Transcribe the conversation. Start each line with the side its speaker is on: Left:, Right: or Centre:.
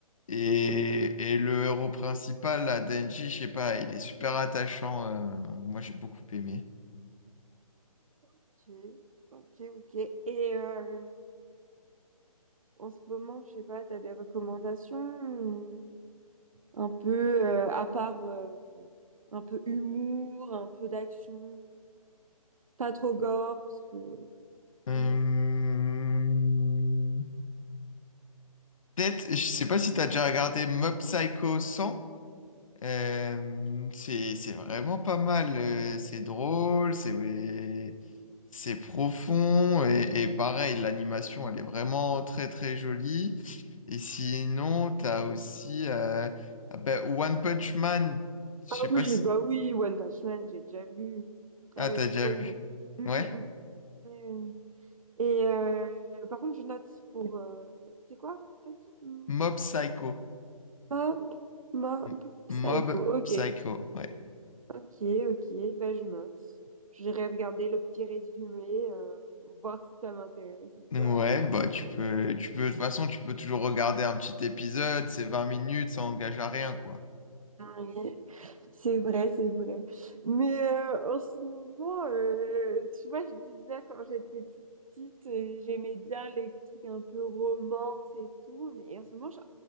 Left: Et, et le héros principal, là, Denji, je sais pas, il est super attachant. euh, moi, j'ai beaucoup aimé.
Right: Ok, ok, ok. Et euh, en ce moment, je sais pas, t'as des recommandations euh, un peu euh, à part euh, enfin, un peu humour, un peu d'action, pas trop gore parce que
Left: Euh,
Right: voilà.
Left: Peut-être, je sais pas si t'as déjà regardé Mob Psycho cent Euh, c'est c'est vraiment pas mal. euh, C'est drôle, c'est ouais, c'est profond et, et pareil, l'animation, elle est vraiment très très jolie. Et sinon, t'as aussi euh, ah ben, One Punch Man. Je
Right: Ah
Left: sais pas
Right: oui,
Left: si...
Right: bah oui, One Punch Man, j'ai déjà vu.
Left: Ah,
Right: Ah ouais,
Left: t'as
Right: j'ai
Left: déjà
Right: trop aimé.
Left: vu.
Right: Mm,
Left: Ouais.
Right: mm, mm. Oui, oui, oui. Et euh, par contre, je note pour euh, c'est quoi? T'as dit? Mm,
Left: Mob Psycho.
Right: Mob, Mob
Left: M- Mob
Right: Psycho. Ok.
Left: Psycho, ouais.
Right: Ok, ok, ben je note. J'irai regarder le petit résumé, euh, voir si ça m'intéresse ou
Left: Ouais,
Right: pas.
Left: bah tu peux, tu peux, de toute façon, tu peux toujours regarder un petit épisode, c'est 20 minutes, ça engage à rien, quoi.
Right: Oui, c'est vrai, c'est vrai. Mais euh, en ce moment, euh, tu vois, je disais quand j'étais plus petite, euh, j'aimais bien les trucs un peu romance et tout, mais en ce moment, je,